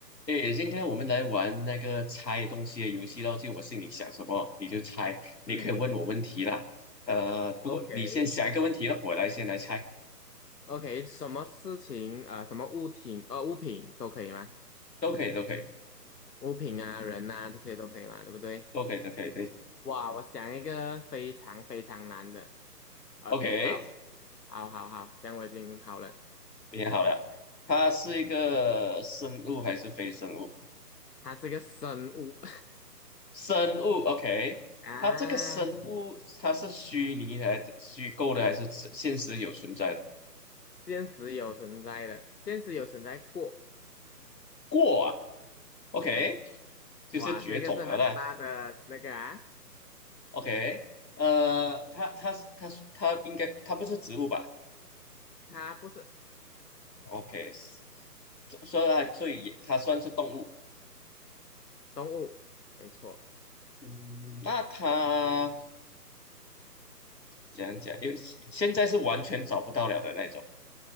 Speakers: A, on the left; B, on the left.
A: 诶，今天我们来玩那个猜东西的游戏咯，就我心里想什么你就猜，你可以问我问题啦。
B: 嗯
A: 呃，不过你先想一个问题了我来先来猜，
B: ，OK OK，什么事情啊、呃什么物品呃物品都可以吗？
A: 都可以，都可以，
B: 物品啊、人啊这些都可以吗？对不对？
A: 都可以，都可以，对
B: 哇，我想一个非常非常难的。OK，
A: ，OK，
B: 好，好，好，好，这样我已经好了。
A: 你好了，它是一个生物还是非生物？
B: 它是个生物
A: 生物，OK，
B: <laughs> 啊，
A: 它这个生物它是虚拟还是虚构的，还是真现实有存在的
B: 现实有存在的，现实有存在过。
A: 过啊，OK，
B: Yes，
A: 就是绝种了啦。
B: 哇，这个是很大的那个啊，
A: OK，呃，它它它它应该它不是植物吧
B: 它不是
A: ？OK，这所以它所以它算是动物。
B: 动物，没错。
A: 嗯，那它讲讲？因为现在是完全找不到了的那种，